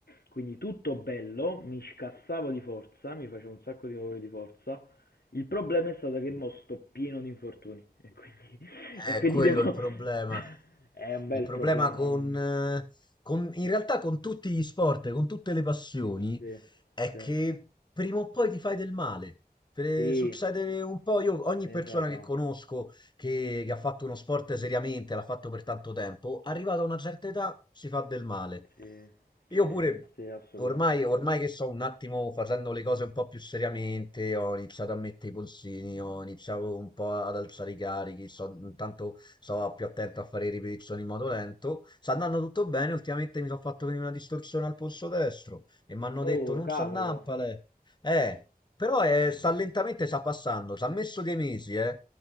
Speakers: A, on the left; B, on the left.
A: Quindi tutto bello, mi scassavo di forza, mi facevo un sacco di lavori di forza. Il problema è stato che mo sto pieno di infortuni e quindi, <laughs>
B: È
A: e quindi
B: quello
A: devo...
B: il problema.
A: <laughs> È un bel
B: Il problema
A: problema,
B: con,
A: è un...
B: eh, con- in realtà con tutti gli sport, con tutte le passioni,
A: Sì,
B: è
A: sì,
B: che prima o poi ti fai del male. Te-
A: sì,
B: Succede un po', io
A: ci
B: ogni
A: stai
B: persona
A: dentro la fa.
B: che conosco che, che ha fatto uno sport seriamente, l'ha fatto per tanto tempo, arrivata a una certa età si fa del male.
A: Sì,
B: Io
A: sì,
B: pure,
A: sì, assolutamente.
B: ormai, ormai che sto un attimo facendo le cose un po' più seriamente, ho iniziato a mettere i polsini, ho iniziato un po' ad alzare i carichi, sto, intanto sto più attento a fare ripetizioni in modo lento. Sta andando tutto bene, ultimamente mi sono fatto venire una distorsione al polso destro e mi hanno
A: Oh,
B: detto non
A: cavolo.
B: sa nampale. Eh, però eh, sta lentamente, sta passando, ci ha messo dei mesi, eh.